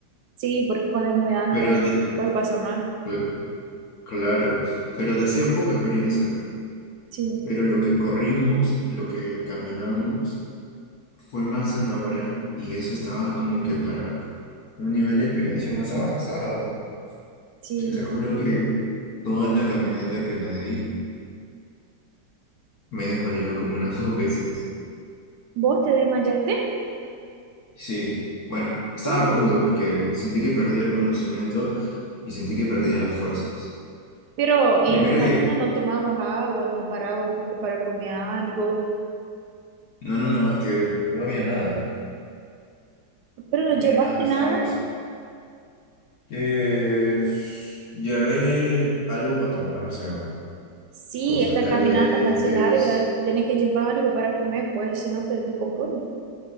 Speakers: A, on the right; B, on the left.
A: Sí, porque cuando es muy alto,
B: Pero, de-
A: después pasa mal.
B: cl- claro, pero decía poca experiencia.
A: Sí,
B: Pero lo que corrimos, lo que caminamos, fue más de una hora y eso estaba como que para un nivel de experiencia más avanzado.
A: sí.
B: Yo te juro que toda la caminata que la di Me he desmayado como unas <laughs> dos veces.
A: ¿Vos te desmayaste?
B: Sí, bueno, estaba
A: Uh,
B: a punto porque sentí que perdía el conocimiento y sentí que perdía las fuerzas.
A: pero en
B: Primero
A: la
B: llegué.
A: mañana no tomabas agua, no paraba un poco para comer algo.
B: No, no, no, es que no había nada ahí.
A: ¿Pero no
B: No
A: llevaste
B: había nada, estaba
A: nada?
B: más. Eh, llevé algo para tomar, o sea,
A: Sí,
B: cosas
A: estas
B: calientes,
A: caminatas así largas, tenés que llevar algo para comer, pues si no te descompones.